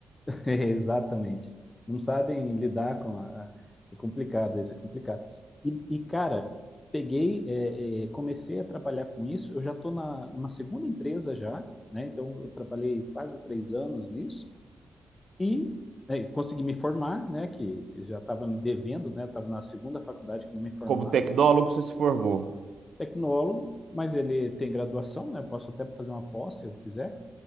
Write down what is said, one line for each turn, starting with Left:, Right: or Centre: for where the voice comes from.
Left: <laughs> Exatamente. Não sabem lidar com a... a- É complicado isso, é complicado. E, e, cara, peguei, é, é, comecei a trabalhar com isso. Eu já estou na, numa segunda empresa já, né? Então, eu trabalhei quase três anos nisso e é, consegui me formar, né? Que eu já estava me devendo, né? Estava na segunda faculdade que eu me formava,
Right: Como tecnólogo
Left: né?
Right: você se formou.
Left: Tecnólogo, mas ele tem graduação, né? Eu posso até fazer uma pós se eu quiser.